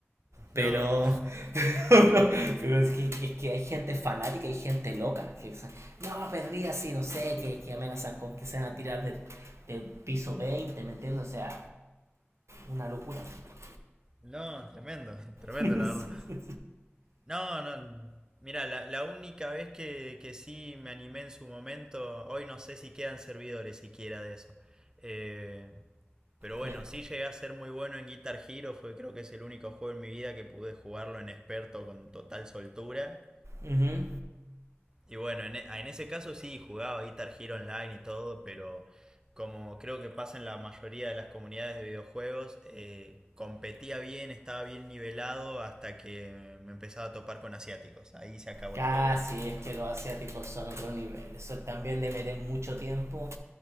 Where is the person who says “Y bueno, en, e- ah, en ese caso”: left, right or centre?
Right